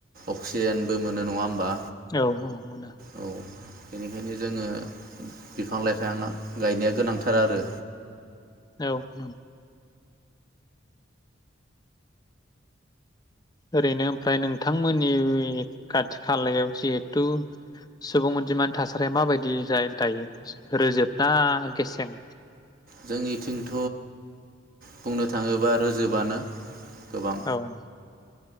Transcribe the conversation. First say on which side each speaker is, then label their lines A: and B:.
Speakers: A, on the right; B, on the left.
A: अक्सिजेनबो मोनो नङा होमबा?
B: औ औ मोनो।
A: औ बेनिखायनो जोङो बिफां लाइफांया गायनाया गोनांथार आरो।
B: औ <unintelligible> ओरैनो ओमफ्राय नोंथांमोननि खाथि खालायाव जिहेथु सुबुं अनजिमानि थासारिया माबायदि जायेन थायो रोजोबना गेसें?
A: जोंनिथिंथ बुंनो थाङोब्ला रोजोबानो। गोबां
B: औ ‌।